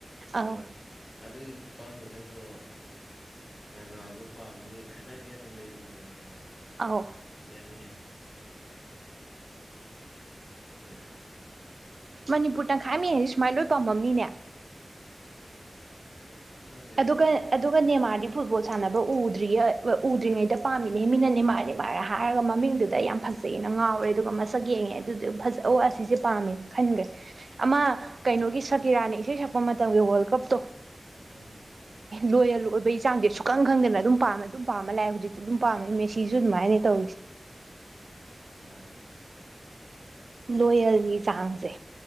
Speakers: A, on the right; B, on the left.
A: ꯑꯧ
B: ꯑꯣ ꯑꯗꯨꯒꯤ ꯈꯨꯐꯝꯝꯗꯨꯅꯁꯨ ꯗꯗ ꯄꯥꯝꯃꯤ ꯈꯠꯅ ꯀꯦꯅ ꯂꯩꯃꯦꯕꯀꯣ
A: ꯑꯧ
B: ꯌꯥꯏꯏ ꯌꯥꯏ ꯑ
A: ꯃꯅꯤꯄꯨꯔ ꯇꯪꯈꯥꯏ ꯃꯤ ꯍꯥꯏꯁꯦ ꯁꯨꯃꯥꯏꯅ ꯂꯣꯏ ꯄꯥꯝꯃꯝꯅꯤꯅꯦ
B: ꯈꯪꯗꯦ ꯑꯗꯨꯗꯤ
A: ꯑꯗꯨꯒ ꯑꯗꯨꯒꯅꯦꯦ ꯃꯥ ꯐꯨꯠꯕꯣꯜ ꯁꯥꯟꯅꯕ ꯎꯗ꯭ꯔꯤ ꯎꯗ꯭ꯔꯤꯉꯩꯗ ꯄꯥꯝꯃꯤꯅꯦ ꯃꯤꯅꯅꯦ ꯃꯥꯥꯏꯅꯦ ꯃꯥꯔ ꯍꯥꯏꯔꯒ ꯃꯃꯤꯡꯗꯨꯗ ꯌꯥꯝ ꯐꯖꯩꯑꯅ ꯉꯥꯎꯔꯦ ꯑꯗꯨꯒ ꯃꯁꯛ ꯌꯦꯡꯉꯦ ꯑꯗꯨꯗꯤ ꯐꯖ ꯑꯣ ꯑꯁꯤꯁꯦ ꯄꯥꯝꯃꯦꯅ ꯈꯟꯈ꯭ꯔꯦ ꯑꯃ ꯀꯩꯅꯣꯒꯤ ꯁꯀꯤꯔꯥꯅ ꯏꯁꯩ ꯁꯛꯄ ꯃꯇꯝꯒꯤ ꯋꯥꯔꯜ ꯀꯞꯇꯣ
B: ꯎꯝ
A: ꯂꯣꯏꯍ ꯂꯣꯏꯕ ꯏꯥꯡꯁꯦ ꯁꯨꯛꯪ ꯈꯪꯗꯅ ꯑꯗꯨꯝ ꯄꯥꯝꯝꯕꯅꯤ ꯑꯗꯨꯝ ꯄꯥꯝꯕ ꯂꯑꯦꯖꯤꯛꯇꯤ ꯑꯗꯨꯝ ꯄꯥꯝꯃꯦ ꯃꯦꯁꯤꯁꯨ ꯑꯗꯨꯃꯥꯏꯅ ꯇꯧꯔꯤꯁꯦ
B: ꯑꯣ
A: ꯂꯣꯌꯦꯜꯒꯤ ꯆꯥꯡꯁꯦ